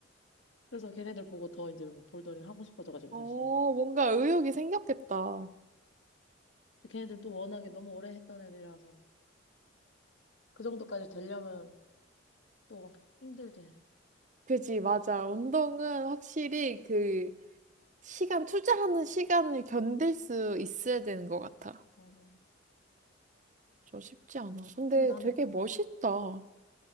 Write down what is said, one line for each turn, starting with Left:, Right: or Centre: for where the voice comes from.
Left: 그래서 걔네들 보고 더 이제 뭐 볼더링 하고 싶어져가지고
Right: 어,
Left: 다시.
Right: 뭔가 의욕이 생겼겠다.
Left: 근데 걔네들 또 워낙에 너무 오래 했던 애들이라서 그 정도까지 되려면 또 힘들지.
Right: 그지, 맞아. 운동은 확실히 그 시간, 투자하는 시간을 견딜 수 있어야 되는 것 같아.
Left: 맞아.
Right: 저 쉽지 않아. 근데
Left: 근데 난
Right: 되게 멋있다.
Left: 음,